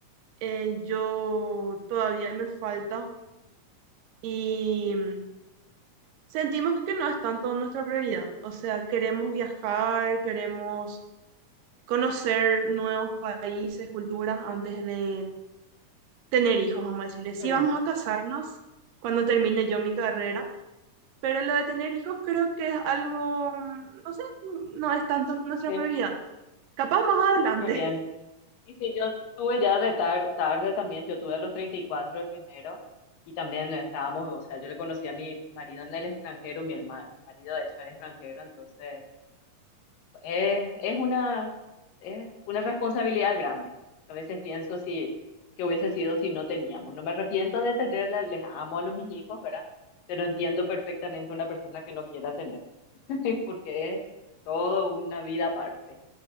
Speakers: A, on the right (about 80°); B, on the left (about 80°).
A: eh, yo todavía me falta y mm, sentimos que no es tanto nuestra prioridad, o sea, queremos viajar, queremos conocer nuevos países, culturas antes de tener hijos, vamos a decirle. Sí,
B: Muy bien,
A: vamos a casarnos cuando termine yo mi carrera, pero lo de tener hijos creo que es algo, no sé, no es tanto nuestra
B: sí,
A: prioridad. Capaz más adelante,
B: muy bien. Y sí, yo tuve ya de tar- tarde también, yo tuve a los 34 el primero y también estábamos, o sea, yo le conocí a mi marido en el extranjero, mi herma- mi marido de hecho es extranjero, entonces es, es una, es una responsabilidad grande. A veces pienso si, que hubiese sido si no teníamos. No me arrepiento de tenerla, les amo a los mis hijos, ¿verdad? Pero entiendo perfectamente una persona que no quiera tener. <laughs> porque es todo una vida aparte.